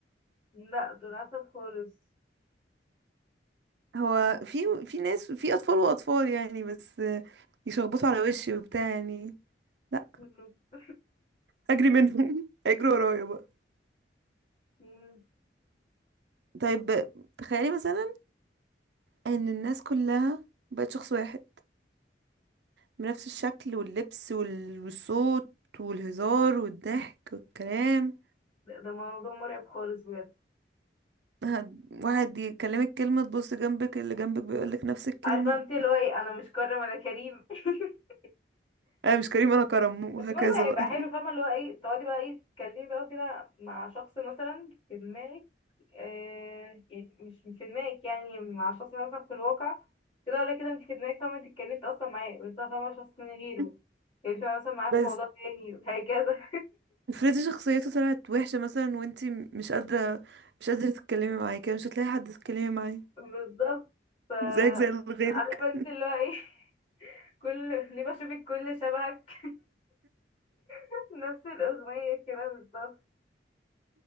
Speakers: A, on the left; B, on the right.
A: لا دول عسل خالص
B: هو في في ناس في اطفال واطفال يعني بس يشخبطوا على وشي وبتاع يعني لا
A: <laughs>
B: اجري منهم <laughs> اجري ورايا بقى
A: مم.
B: طيب تخيلي مثلا ان الناس كلها بقت شخص واحد بنفس الشكل واللبس وال- والصوت والهزار والضحك والكلام
A: ده ده موضوع مرعب خالص بجد
B: هد- واحد يكلمك كلمة تبص جنبك اللي جنبك بيقولك نفس الكلمة
A: عارفة انت اللي هو ايه انا مش كرم انا كريم <laughs>
B: <laughs> انا مش كريم انا كرم وهكذا
A: بس برضه هيبقى
B: بقى
A: حلو فاهمة اللي هو ايه تقعدي بقى ايه تتكلمي بقى كده مع شخص مثلا في دماغك آه يعني مش في دماغك يعني مع شخص مثلا في الواقع كده ولا كده انت في دماغك فاهمة انت اتكلمت اصلا معاه ويطلع فاهمة شخص من غيره
B: <laughs>
A: اتكلمت مثلا معاه
B: بس
A: في موضوع تاني وهكذا
B: افرضي شخصيته طلعت وحشة مثلا وانتي م- مش قادرة مش قادرة تتكلمي معاه كده مش هتلاقي حد تتكلمي معاه
A: <laughs> بالظبط
B: <laughs>
A: ف
B: زيك زي اللي غيرك
A: عارفة انت اللي هو ايه <laughs> كل ليه بشوفك كل شبهك <laughs> نفس الأغنية كده بالظبط